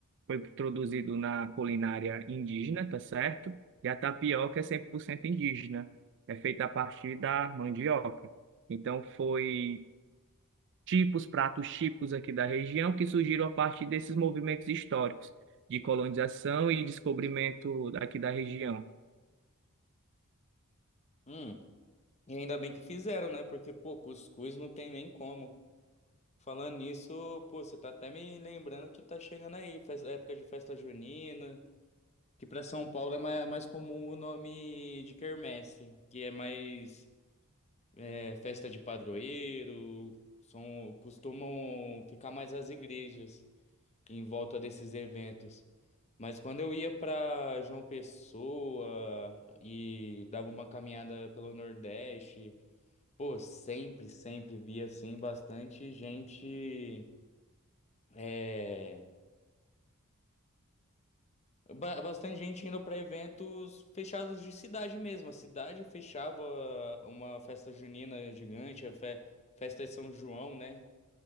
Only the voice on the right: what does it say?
foi introduzido na culinária indígena, tá certo? E a tapioca é 100% indígena, é feita a partir da mandioca. Então, foi tipos, pratos típicos aqui da região que surgiram a partir desses movimentos históricos de colonização e descobrimento aqui da região.